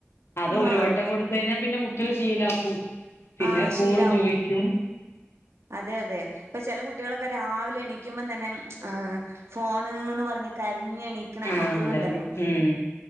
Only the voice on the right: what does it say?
ആഹ്
ആഹ്
ശീലാവും
അതെ അതെ ഇപ്പൊ ചെല കുട്ടികളൊക്കെ രാവിലെ എണീ കുമ്പോൾ തന്നെ ആഹ് ഫോൺന്ന് പറഞ്ഞ് കര <unintelligible> എണീക്കണ
മക്കളുണ്ടല്ലോ